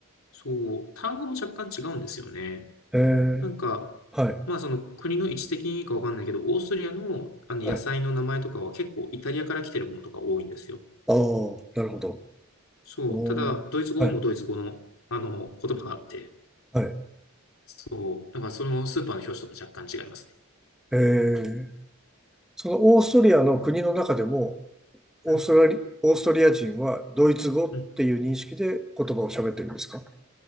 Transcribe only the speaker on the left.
そう、単語も若干違うんですよね。
なんか、
まあその国の位置的にいいかわかんないけど、オーストリアのあの野菜の名前とかは結構イタリアから来てるものとか多いんですよ。
そう。
ただ、ドイツ語もドイツ語の、
あの言葉があって、
そう。だからそのスーパーの表紙とか若干違いますね。
うん。
うん。